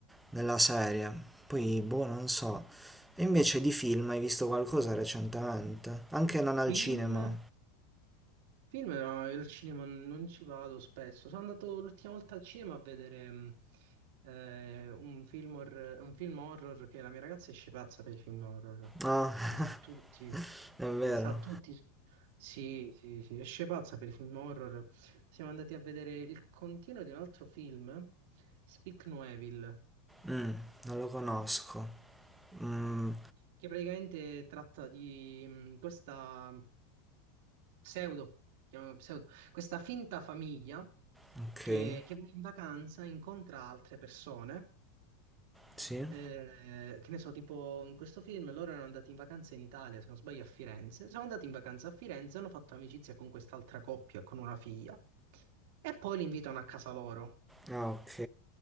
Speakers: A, in the centre; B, on the right.
A: della serie. Poi, boh, non so. E invece di film hai visto qualcosa recentemente? Anche non al
B: Film?
A: cinema.
B: Film, no, io al cinema non ci vado spesso. Sono andato l'ultima volta al cinema a vedere mh, eh, un film horror, un film horror che la mia ragazza esce pazza per i film horror.
A: Ah,
B: Li sa tutti,
A: <laughs> è vero.
B: li sa tutti. Sì, sì, sì, esce pazza per i film horror. Siamo andati a vedere il continuo di un altro film, Speak No Evil.
A: Mm, non lo conosco. Mm,
B: che praticamente tratta di mh, questa pseudo, chiamiamola pseudo, questa finta famiglia
A: ok.
B: che, che va in vacanza incontra altre persone.
A: Sì?
B: eh, che ne so, tipo in questo film loro erano andati in vacanza in Italia, se non sbaglio a Firenze. Sono andati in vacanza a Firenze, hanno fatto amicizia con quest'altra coppia, con una figlia, e poi li invitano a casa loro.
A: Ah, ok.